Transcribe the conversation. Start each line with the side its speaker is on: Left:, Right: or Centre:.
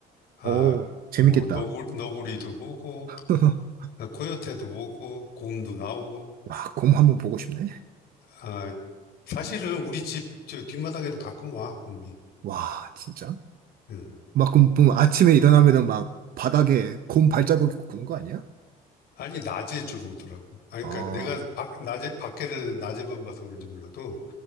Left: 아,
Right: 오, 재밌겠다.
Left: 뭐 너구, 너구리도 보고
Right: <laughs>
Left: 아, 코요테도 보고 곰도 나오고.
Right: 와, 곰 한번 보고 싶네.
Left: 아, 사실은 우리 집 저 뒷마당에도 가끔 와 곰이.
Right: 와, 진짜.
Left: 음.
Right: 막 그럼 보면 아침에 일어나면은 막 바닥에 곰 발자국 있고 그런 거 아니야?
Left: 아니 낮에 주로 오더라고. 아,
Right: 아,
Left: 그러니까 내가 밖- 낮에 밖에를 낮에만 봐서 그런지 몰라도